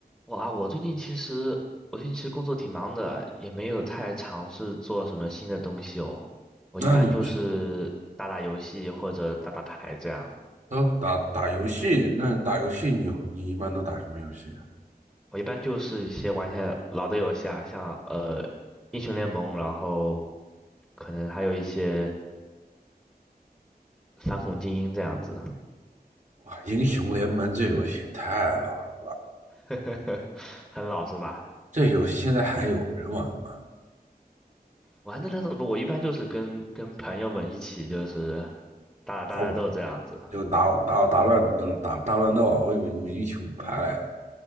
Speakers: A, in the centre; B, on the right.
A: 哇，我最近其实，我最近其实工作挺忙的，也没有太尝试做什么新的东西哦。我一般就是打打游戏或者打打牌这样。
B: 那你知哦，打打游戏，那打游戏你你一般都打什么游戏啊？
A: 我一般就是一些玩一些老的游戏啊，像呃英雄联盟，然后可能还有一些反恐精英这样子，
B: 哇，英雄联盟这游戏也太老了，
A: <laughs> 很老是吧？
B: 这游戏现在还有人玩吗？
A: 玩的那种不，我一般就是跟跟朋友们一起就是打打大乱斗这样子。
B: 打，我就打打打乱打打乱斗啊！我以为你们英雄排来。